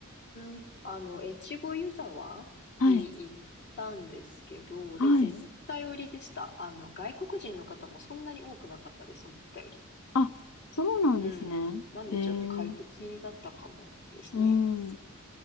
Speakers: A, on the left; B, on the left.
A: ん。あの、越後湯沢に行ったんですけど、
B: はい。はい。
A: でも思ったよりでした。あの、外国人の方もそんなに多くなかったです、思ったより。
B: あ、そうなんですね。
A: うんうん。なんでちょっと快適だったかもですね。
B: へえ。うん。ね、